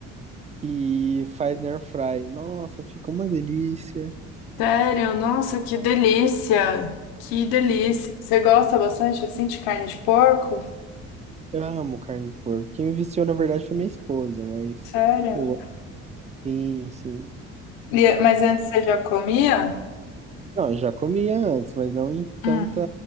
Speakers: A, on the right; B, on the left.
A: e faz na air fry. Nossa, fica uma delícia.
B: Sério? Nossa, que delícia! Que delícia! Você gosta bastante assim de carne de porco?
A: Eu amo carne de porco. Quem me viciou, na verdade, foi minha esposa, mas
B: Sério?
A: eu sim, sim.
B: E- mas antes você já comia?
A: Não, eu já comia antes, mas não em
B: Hum,
A: tanta